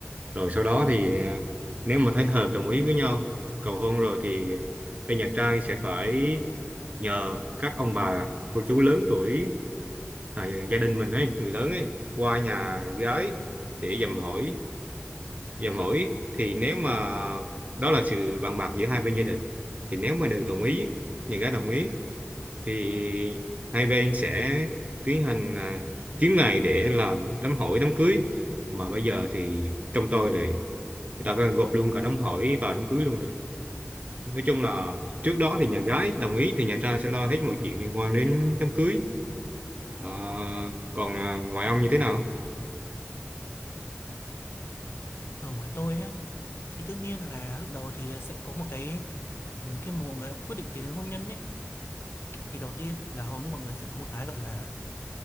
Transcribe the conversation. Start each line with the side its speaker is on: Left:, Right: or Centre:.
Right: rồi sau đó thì à, nếu mà thấy hợp đồng ý với nhau cầu hôn rồi thì bên nhà trai sẽ phải nhờ các ông bà cô chú lớn tuổi à, gia đình mình ấy người lớn ấy qua nhà gái để dầm hỏi dầm hỏi thì nếu mà đó là sự bàn bạc giữa hai bên gia đình thì nếu mà đều đồng ý nhà gái đồng ý thì hai bên sẽ tiến hành à, kiếm ngày để làm đám hỏi đám cưới mà bây giờ thì trong tôi thì người ta gộp luôn cả đám hỏi và đám cưới luôn rồi nói chung là trước đó thì nhà gái đồng ý thì nhà trai sẽ lo hết mọi chuyện liên quan đến đám cưới Ờ, còn à, ngoài ông như thế nào
Left: Ở ngoài tôi á, thì tất nhiên là lúc đầu thì sẽ có một cái ừm, khi mà mọi người đã quyết định tiến đến hôn nhân ấy, thì đầu tiên là hầu như mọi người sẽ có một cái gọi là